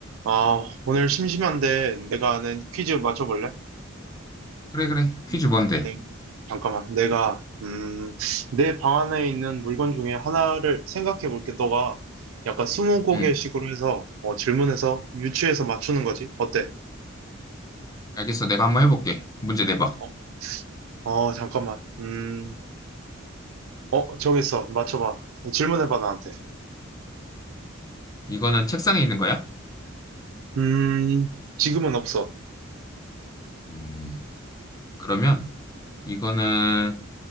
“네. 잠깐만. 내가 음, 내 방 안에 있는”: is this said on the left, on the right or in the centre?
Right